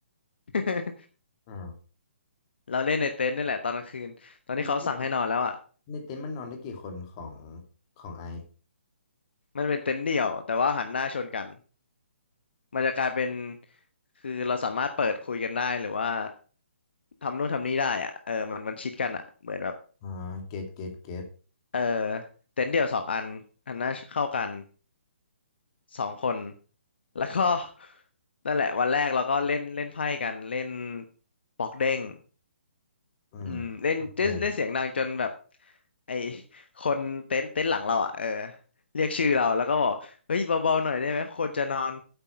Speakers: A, on the left (about 55°); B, on the left (about 30°).
A: <laughs>
B: อ่า
A: เราเล่นในเต็นท์นี่แหละตอนกลางคืนตอนที่เขาสั่งให้นอนแล้วอ่ะ
B: แล้วในเต็นท์ในเต็นท์มันนอนได้กี่คนของของไอ
A: มันเป็นเต็นท์เดี่ยวแต่ว่าหันหน้าชนกันมันจะกลายเป็นคือเราสามารถเปิดคุยกันได้หรือว่าทำนู่นทำนี่ได้อ่ะเออมันมันชิดกันอ่ะเหมือนแบบ
B: อ่าเกตเกตเกต
A: เออเต็นท์เดี่ยวสองอันอันน่าเข้ากันสองคนแล้วก็ <laughs> นั่นแหละวันแรกเราก็เล่นเล่นไพ่กันเล่นบอกเด้ง
B: อืมโอเค
A: อืมเล่นเล่นเล่นเสียงดังจนแบบไอคนเต็นท์เต็นท์หลังเราอ่ะเออเรียกชื่อเราแล้วก็บอกเฮ้ยเบาๆหน่อยได้ไหมคนจะนอน